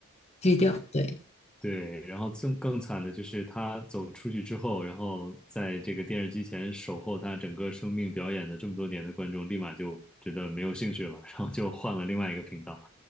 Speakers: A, on the left; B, in the centre.
A: 基调，对，
B: 对，然后更更惨的就是他走出去之后，然后在这个电视机前守候他整个生命表演的这么多年的观众，立马就觉得没有兴趣了，<laughs> 然后就换了另外一个频道。